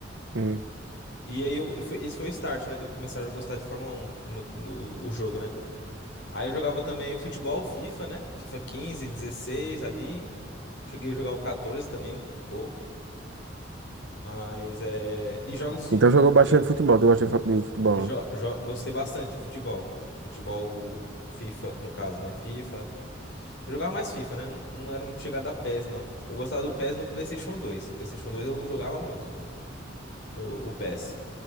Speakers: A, on the right; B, on the left.
A: hum.
B: E aí, eu, foi- esse foi o start, né, de eu começar a gostar de Fórmula 1, no, no- o jogo, né? Aí eu jogava também futebol, FIFA, né? FIFA 15, 16 ali. Cheguei a jogar o 14 também, um um pouco. Mas é. E jogos de
A: Então
B: de
A: jogou bastante
B: tiro.
A: futebol, tu gosta de fu- de futebol,
B: Jo-
A: né?
B: jo- Gostei bastante de futebol. Futebol FIFA, no caso, né? FIFA. Eu jogava mais FIFA, né? Não não era muito chegada a PES, não. Eu gostava do PES no PlayStation 2. PlayStation 2 eu jogava muito no, no o PES.